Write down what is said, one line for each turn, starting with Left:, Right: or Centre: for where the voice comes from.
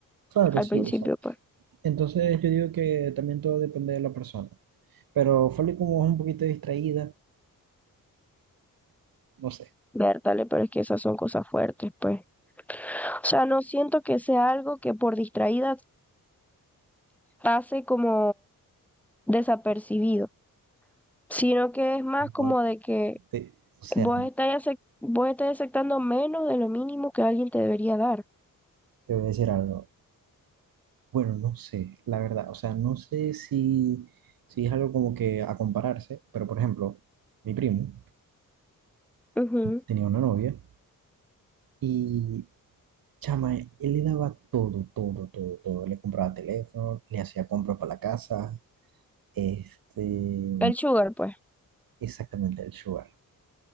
Right: claro,
Centre: al
Right: sí,
Centre: principio,
Right: exacto.
Centre: pues.
Right: Entonces yo digo que también todo depende de la persona. Pero Folly como es un poquito distraída, no sé,
Centre: Vértale, pero es que esas son cosas fuertes, pues. O sea, no siento que sea algo que por distraída pase como desapercibido, sino que es más como
Right: no
Centre: de que
Right: te- o sea,
Centre: vos estás, acep- vos estás aceptando menos de lo mínimo que alguien te debería dar.
Right: te voy a decir algo. Bueno, no sé, la verdad, o sea, no sé si, si es algo como que a compararse, pero por ejemplo, mi primo
Centre: Ujú.
Right: tenía una novia Y chama, él le daba todo, todo, todo, todo. Le compraba teléfono, le hacía compra para la casa, este,
Centre: El sugar, pues,
Right: exactamente el sugar.